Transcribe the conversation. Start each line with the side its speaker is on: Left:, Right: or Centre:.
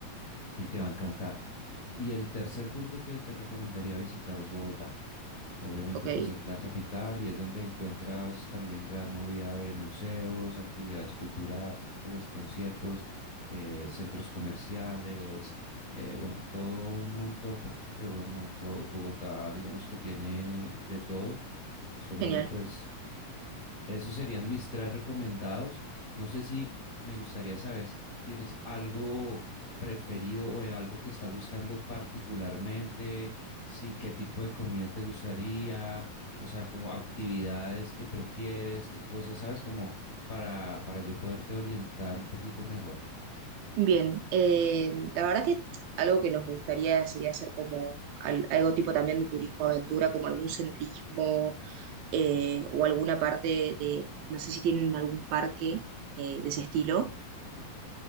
Left: y te va a encantar. Y el tercer punto que te recomendaría visitar es Bogotá. Obviamente,
Right: ok,
Left: pues es la capital y es donde encuentras también gran movida de museos, actividades culturales, conciertos, eh, centros comerciales, eh, bueno, todo un montón, porque bueno, Mo- Co- Bogotá, digamos que tiene de todo, solo
Right: genial.
Left: pues esos serían mis tres recomendados. No sé si me gustaría saber si tienes algo preferido o eh, algo que estás buscando particularmente, si qué tipo de comida te gustaría, o sea, como actividades que prefieres, qué cosas, ¿sabes? Como para, para yo poderte orientar un poquito mejor.
Right: Bien, eh, la verdad que algo que nos gustaría sería hacer como al- algo tipo también de turismo aventura, como algún senderismo eh, o alguna parte de, no sé si tienen algún parque eh, de ese estilo.